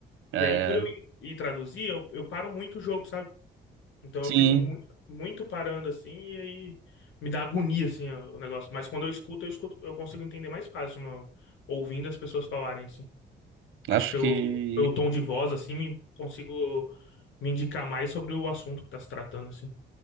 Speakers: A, on the right; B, on the left.
A: é.
B: E aí, por eu ir, ir traduzir, eu, eu paro muito o jogo, sabe? Então
A: Sim,
B: eu fico muito, muito parando assim e aí me dá agonia assim o o negócio. Mas quando eu escuto, eu escuto, eu consigo entender mais fácil no- ouvindo as pessoas falarem assim. Acho
A: acho
B: que pelo,
A: que
B: pelo tom de voz assim, me- consigo me indicar mais sobre o assunto que tá se tratando assim.